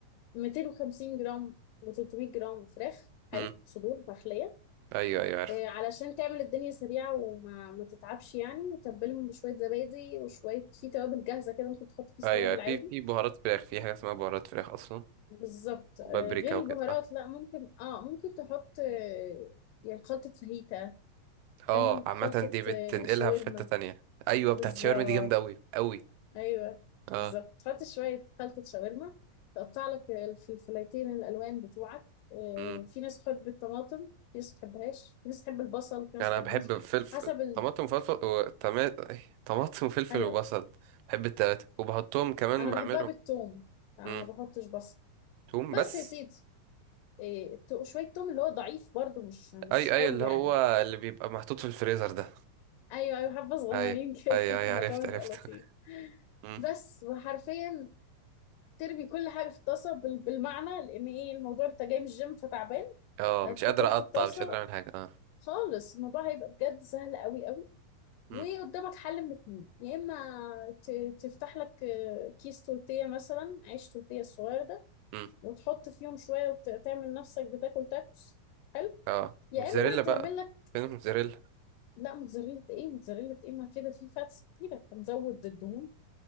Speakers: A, on the left (about 80°); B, on the right (about 80°).
A: 250 جرام ل 300 جرام فراخ حلو
B: امم
A: صدور فخليه
B: أيوه أيوه عارف
A: آه علشان تعمل الدنيا سريعه وما ما تتعبش يعني تبلهم بشويه زبادي وشويه في توابل جاهزه كده ممكن تحط كيس
B: أيوه
A: توابل
B: أيوة.
A: عادي
B: في في بهارات فراخ في حاجة اسمها بهارات فراخ أصلا
A: بالظبط
B: وبابريكا
A: آه، غير
B: وكده
A: البهارات
B: أه
A: لا ممكن اه ممكن تحط آه، يعني خلطة فاهيتا فاهم
B: أه عامة
A: خلطة
B: دي بتنقلها
A: آه، شاورما
B: في حتة تانية أيوه بتاعت
A: بالظبط
B: شاورما دي جامدة أوي أوي
A: ايوه
B: أه
A: بالظبط تحط شوية خلطة شاورما تقطع لك الفلفلايتين الألوان بتوعك آه،
B: امم
A: في ناس تحب الطماطم في ناس تحبهاش في ناس تحب البصل في ناس
B: أنا
A: تحبوش
B: بحب فلفل
A: حسب ال...
B: طماطم وفلفل و... طما- إيه، طماطم <laughs> وفلفل
A: ايوه
B: وبصل بحب التلاتة وبحطهم كمان
A: انا
B: بعملهم
A: بحبها بالثوم انا
B: امم
A: ما بحطش بصل
B: توم
A: بس
B: بس
A: يا سيدي آه، شوية توم اللي هو ضعيف برضو مش مش
B: اي اي
A: قوي
B: اللي
A: يعني
B: هو اللي بيبقى محطوط في الفريزر ده
A: ايوه ايوه حبه صغننين
B: اي
A: كده
B: اي
A: <laughs>
B: اي
A: الموضوع
B: عرفت
A: بيبقى
B: عرفت
A: لطيف
B: <laughs> مم.
A: بس وحرفيا ترمي كل حاجه في الطاسه بال- بالمعنى لان ايه الموضوع انت جاي من الجيم فتعبان
B: اه
A: هتحطهم
B: مش قادر اقطع
A: في الطاسه
B: مش قادر اعمل حاجه اه
A: خالص الموضوع هيبقى بجد سهل قوي قوي
B: مم.
A: وقدامك حل من اتنين يا اما ت- تفتح لك آه، كيس تورتيه مثلا عيش تورتيه الصغير ده
B: مم.
A: وتحط فيهم شويه وتعمل نفسك بتاكل تاكوس حلو
B: اه
A: يا
B: موتزاريلا
A: اما
B: بقى
A: تعمل لك
B: فين الموتزاريلا
A: لا موتزاريلا ايه موتزاريلا ايه ما كده في فاتس كتيره فنزود الدهون